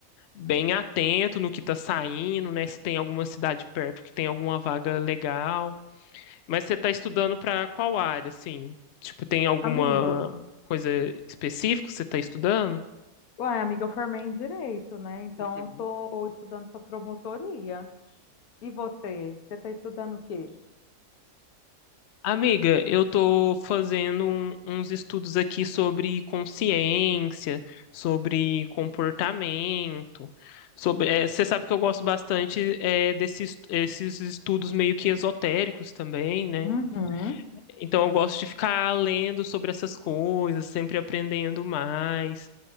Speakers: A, on the left (about 65°); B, on the left (about 80°).
A: bem atento no que tá saindo, né? Se tem alguma cidade perto que tem alguma vaga legal. Mas você tá estudando pra qual área, assim? Tipo, tem alguma
B: Amigo,
A: coisa específica que você tá estudando?
B: ué, amiga, eu formei em direito, né? Então,
A: Uhum.
B: eu tô estudando para promotoria. E você? Você está estudando o quê?
A: Amiga, eu tô fazendo um- uns estudos aqui sobre consciência, sobre comportamento, sobre, eh, você sabe que eu gosto bastante eh, desses esses estudos meio que esotéricos também, né?
B: Uhum.
A: Então eu gosto de ficar lendo sobre essas coisas, sempre aprendendo mais